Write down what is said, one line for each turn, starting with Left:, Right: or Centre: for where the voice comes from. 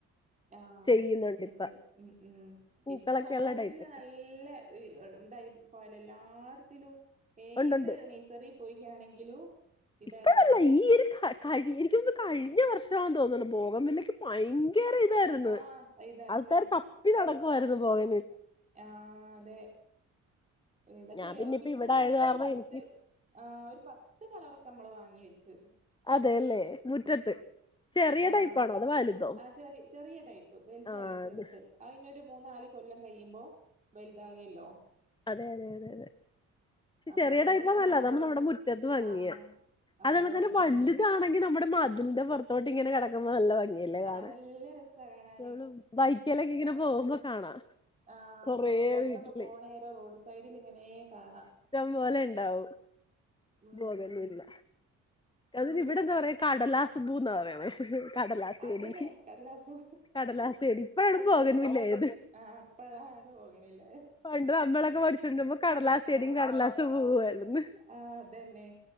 Right: ആ
Left: ചെയ്യുന്നുണ്ട്
Right: ഉണ്ട്
Left: ഇപ്പ
Right: ഉം ഉം
Left: പൂക്കളൊക്കെ
Right: ഇപ്പൊ ബോഗൺവില്ല
Left: ഉള്ള ടൈപ്പൊക്കെ
Right: നല്ല ഇ ഇതായി പോയല്ലോ എല്ലാ ത്തിലും ഏത്
Left: ഉണ്ടുണ്ട്
Right: നഴ്സറി പോയി ആണെങ്കിലും ഇതാ
Left: ഇപ്പഴല്ല
Right: കാണാ.
Left: ഈ ഒരു ക- കഴി എനിയ്ക്കു തോന്നുന്നു കഴിഞ്ഞ വർഷാന്ന് തോന്നണു ബോഗൺവില്ലയ്ക്ക് ഭയങ്ക കേറീതായിരുന്നു.
Right: ആഹ് ഇതാ
Left: ആൾക്കാര്
Right: ഉം
Left: തപ്പി നടക്കുവായിരുന്നു പോയ
Right: ആ അതെ. എന്നിട്ട്
Left: ഞാൻ പിന്നെ
Right: ഒരു
Left: ഇപ്പ
Right: വിധം
Left: ഇവിടെ ആയത്
Right: കളർ
Left: കാരണം
Right: ഒരു പത്ത്
Left: എനിക്ക്
Right: ആ ഒരു പത്ത് കളറൊക്കെ നമ്മള് വാ ങ്ങി വെച്ചു.
Left: അതേല്ലേ മുറ്റത്ത് ചെറിയ
Right: ആഹ്
Left: ടൈപ്പാണോ അതോ വലുതോ
Right: ആഹ് ചെറി ചെറിയ ടൈപ്പ് വല്തല്ല
Left: ആഹ്
Right: ചെറുത്
Left: അത്
Right: അയിന് രു മൂന്നാല് കൊല്ലം കയിയുമ്പോ വലുതാകേല്ലോ
Left: അതെ അതെ അതെ അതെ ഇച്ചി
Right: അപ്പൊ
Left: ചെറിയ
Right: ഉണ്ടായി
Left: ടൈപ്പാ
Right: കാണാൻ
Left: നല്ലത് അതാവുമ്പോ
Right: എന്ത്
Left: നമ്മടെ
Right: രസം
Left: മുറ്റത്ത് ഭംഗിയാ.
Right: ആ ആ
Left: അത് കണക്കന്നെ
Right: ഭംഗിയാ
Left: വലുതാണെങ്കി നമ്മടെ മതിൽന്റെ പൊറത്തോട്ട് ഇങ്ങനെ കേടക്കുമ്പോ നല്ല ഭ ഗിയല്ലേ കാണാൻ.
Right: ആ നല്ല രസാ കാണാന്
Left: നമ്മള് ബൈക്കേലൊക്കെ ഇങ്ങനെ പോകുമ്പോ കാണാം.
Right: ആഹ്
Left: കൊറേ
Right: അതന്നെ പൊറ്ത്തൊക്കെ
Left: വീട്ടില്
Right: പോണേരേം റോഡ് സൈഡിലിങ്ങനെ കാണാം
Left: ഇഷ്ടംപോലെ ഇണ്ടാവും
Right: ഉം
Left: ബോഗേൺവില്ല.
Right: ഉം
Left: അതിന്
Right: എവിടെ
Left: ഇവിടെന്താ പറയാ കടലാസുപൂന്നാ പറയണെ. കടലാസ്
Right: അതന്നെ
Left: ചെടി
Right: കടലാസു
Left: കടലാസ് ചെടി ഇപ്പഴാണ് ബോഗൺവില്ല
Right: പോക്കെ പേ
Left: ആയത്.
Right: ആ അപ്പഴാണ് പോകണില്ല
Left: പണ്ട് നമ്മളൊക്കെ പഠിച്ചോണ്ട് ഇരിക്കുമ്പോ കടലാസ് ചെടി
Right: ആ
Left: കടലാസ് പൂവായിരുന്നു.
Right: ആഹ് അതന്നെ.